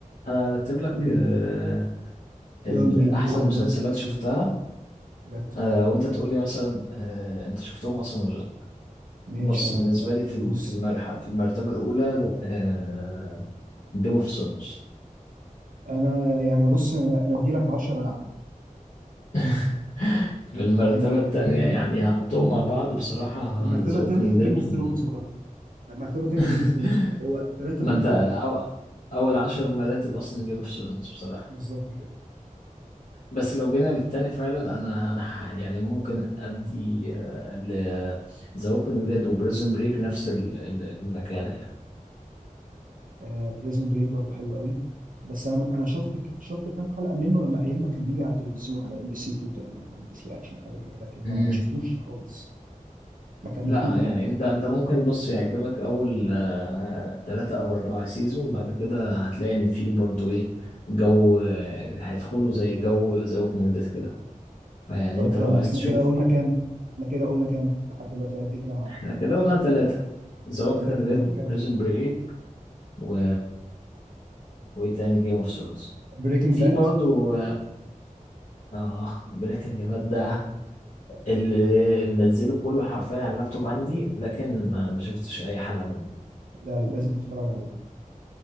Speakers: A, on the left; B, on the right.
A: انا هرتب لك
B: مم،
A: آه، ال-
B: يلا بينا
A: احسن
B: قول
A: مسلسلات
B: أنا رتب يا سيدي
A: شفتها
B: رتب
A: آه، وانت تقول لي مثلا آه، انت شفتهم اصلا ولا
B: ماشي
A: بص
B: يا
A: بالنسبة
B: عم يلا
A: لي في
B: دوس
A: ال- في المرحلة في المرتبة الأولى آه جيم اوف ثرونز
B: أنا يعني بص أنا أنا أدي لك 10 نعم
A: <laughs> في المرتبة
B: آه،
A: التانية
B: يعني
A: يعني هحطهم مع بعض بصراحة
B: المرتبه
A: ذا ووكينج
B: الثانيه
A: ديد
B: جيم اوف
A: و...
B: ثرونز برضه لا مرتبه الثانيه
A: <laughs>
B: جيم اوف ثرونز برضه هو ثلاثه
A: ما
B: مكرر
A: انت أو... أول عشر مراتب أصلا جيم اوف ثرونز بصراحة
B: بالظبط كده
A: بس لو جينا للتاني فعلا أنا أنا ح- يعني ممكن أدي آه، ل ذا ووكينج ديد وبريزن بريك نفس ال- ال- المكانة
B: آه بريزون بريك برضه حلو قوي بس انا انا شفت شفت كام حلقه منه لما ايام ما كان بيجي على التلفزيون على ام بي سي 2 تقريبا او ام بي سي اكشن حاجه كده لكن
A: يعني
B: ما ما شفتوش خالص ما كملتوش
A: لا يعني انت انت ممكن بص يعجبك اول آه، تلاتة او اربعة سيزون بعد كده هتلاقي ان في برضو ايه جو آه، هيدخلوا زي جو ذا ووكينج ديد كده فيعني
B: طيب
A: انت
B: كمل
A: لو عايز
B: احنا
A: تشوف
B: كده قلنا كام احنا كده قلنا كام لحد دلوقتي عد كده معايا
A: احنا كده قلنا تلاتة ذا ووكينج
B: ثلاثه
A: ديد
B: يلا كام
A: بريزون بريك و وايه تاني جيم اوف ثرونز
B: بريكنج
A: في
B: باد
A: برضو اه بريكنج باد ده اللي منزله كله حرفيا على اللابتوب عندي لكن آه، ما شفتش اي حلقة منه
B: لا لا، لازم تتفرج عليه